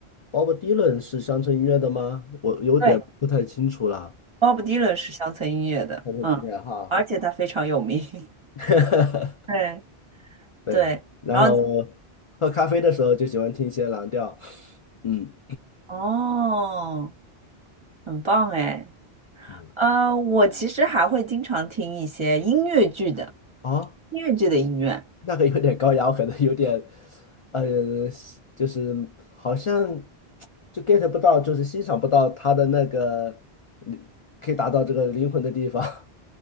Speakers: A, on the left; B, on the right.
A: Bob Dylan 是乡村音乐的吗？我有点不太清楚啦。
B: 对，Bob Dylan 是乡村音乐的，
A: 乡村音乐哈，
B: 嗯，而且他非常有名。
A: <laughs>
B: <laughs> 对
A: 对。
B: 对，
A: 然后
B: 然后
A: 喝咖啡的时候就喜欢听一些蓝调，嗯
B: 哦，很棒哎。
A: 嗯，
B: 呃，我其实还会经常听一些音乐剧的
A: 哦，
B: 音乐剧的音乐。
A: 那个有点高雅，我可能有点，嗯、就是好像就 get 不到，就是欣赏不到他的那个可以达到这个灵魂的地方。<laughs>